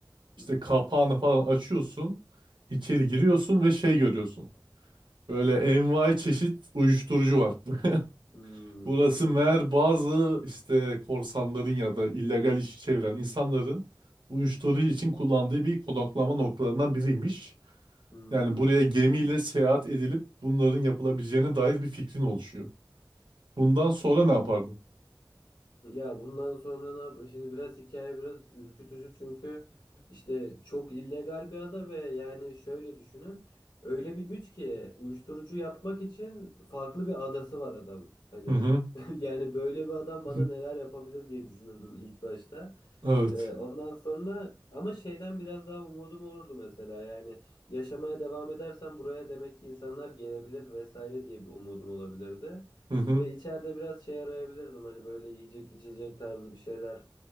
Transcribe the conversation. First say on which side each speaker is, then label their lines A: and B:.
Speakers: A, on the right (about 80°); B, on the left (about 75°).
A: İşte
B: Hı hı.
A: kapağını falan açıyorsun. içeri giriyorsun ve şey görüyorsun. Böyle envai çeşit uyuşturucu var. <laughs>
B: Hmm.
A: Burası meğer bazı işte korsanların ya da illegal işi çeviren insanların uyuşturucu için kullandığı bir konaklama noktalarından biriymiş.
B: Hmm.
A: Yani buraya gemiyle seyahat edilip bunların yapılabileceğine dair bir fikrin oluşuyor. Bundan sonra ne yapardım?
B: Ya bundan sonra ne yap? Şimdi biraz hikaye biraz ürkütücü çünkü işte çok illegal bir ada ve yani şöyle düşünün. Öyle bir güç ki uyuşturucu yapmak için farklı bir adası var adam. Hani
A: Hı hı.
B: <laughs> yani böyle bir adam bana
A: <laughs>
B: neler yapabilir diye düşünürdüm ilk başta.
A: Evet.
B: Ee, ondan sonra ama şeyden biraz daha umudum olurdu mesela yani yaşamaya devam edersem buraya demek ki insanlar gelebilir vesaire diye bir umudum olabilirdi.
A: Hı hı.
B: Ve içeride biraz şey arayabilirdim hani böyle yiyecek içecek tarzı bir şeyler